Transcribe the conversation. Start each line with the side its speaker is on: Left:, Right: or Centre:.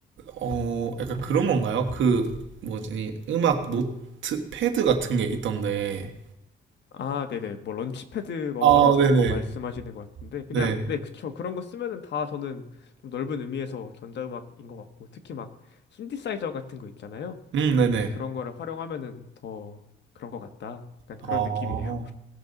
Right: 어, 약간 그런 건가요? 그, 뭐지, 음악 노트패드 같은 게 있던데.
Left: 아, 네네. 뭐 런치패드 뭐
Right: 아,
Left: 아마 그런
Right: 네네,
Left: 거 말씀하시는 것 같은데 그냥
Right: 네.
Left: 네, 그쵸. 그런 거 쓰면은 다 저는 좀 넓은 의미에서 전자음악인 것 같고 특히 막 신디사이저 같은 거 있잖아요.
Right: 음, 네네.
Left: 이제 그런 거를 활용하면은 더 그런 것 같다. 약간 그런
Right: 아,
Left: 느낌이에요.